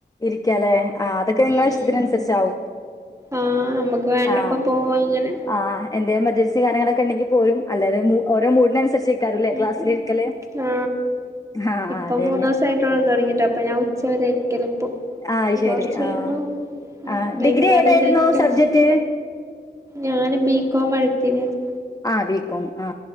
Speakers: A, on the left; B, on the right.
A: ഇരിക്കാലേ ആ അതൊക്കെ ഇങ്ങള
B: ഉം
A: ഇഷ്ടത്തിന് അനുസരിച്ചാവും
B: ആഹ് നമ്മുക്ക് വേണ്ടപ്പ
A: ആ
B: പോവാ അങ്ങനെ
A: ആ എന്തേം പർ പൈസേം കാര്യങ്ങളും ഒക്കെ ഇണ്ടെങ്കി പോരും അല്ലാതെ മൂ ഓരോ മൂഡിനനുസരിച്ച് ഇരിക്കാറുല്ലേ
B: ഉം
A: ക്ലാസ്സിലിരിക്കല്
B: ഉം ആ
A: ആ
B: ഇപ്പ
A: ആ അതന്നെ
B: മൂന്നേസായിട്ടോള്ളൂ തൊടങ്ങിട്ട് അപ്പൊ ഞാൻ ഉച്ചവരെ ഇരി <unintelligible> എനി
A: ആ ശരി
B: കൊറച്ച്
A: ആ
B: കഴിയുമ്പോ ഉം
A: ആ
B: വൈകുന്നേരം
A: ഡിഗ്രി ഏതായിരുന്നു
B: <unintelligible>
A: സബ്ജക്ട്
B: ഞാന് ബി കൊമ്മേ എടുത്തിനിയേത്
A: ആ ബി. കോം ആ